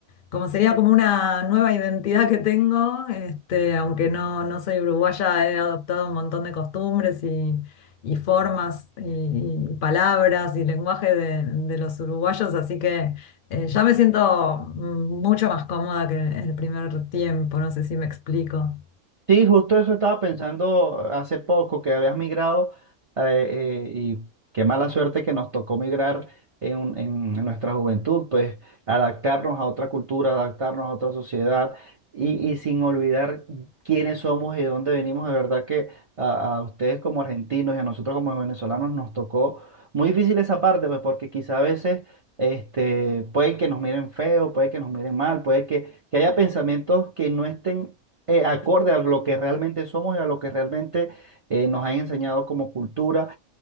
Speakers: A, on the left (about 55°); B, on the right (about 50°).
A: Como sería como una nueva identidad que tengo, este, aunque no, no soy uruguaya, he adoptado un montón de costumbres y, y formas y, y palabras y lenguaje de, de los uruguayos, así que eh, ya me siento mm, mucho más cómoda que el primer tiempo, no sé si me explico.
B: Sí, justo eso estaba pensando hace poco, que habías migrado eh, eh, y qué mala suerte que nos tocó migrar en, un- en- en nuestra juventud, pues adaptarnos a otra cultura, adaptarnos a otra sociedad y, y sin olvidar quiénes somos y de dónde venimos. De verdad que a, a ustedes como argentinos y a nosotros como venezolanos nos tocó muy difícil esa parte, pues porque quizá a veces este, puede que nos miren feo, puede que nos miren mal, puede que, que haya pensamientos que no estén eh, acorde a lo que realmente somos y a lo que realmente eh, nos han enseñado como cultura.